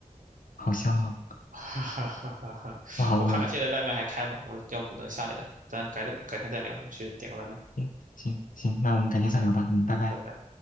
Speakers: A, on the left; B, on the right.
A: 好香啊，
B: <laughs> 哈哈哈哈！
A: 我好饿。
B: 我看看现在外卖还开吗？我要不等下一单，咱改改天再聊，我去点个外卖，
A: 嗯，行行，那我们改天再聊吧，嗯，拜拜。
B: 拜拜。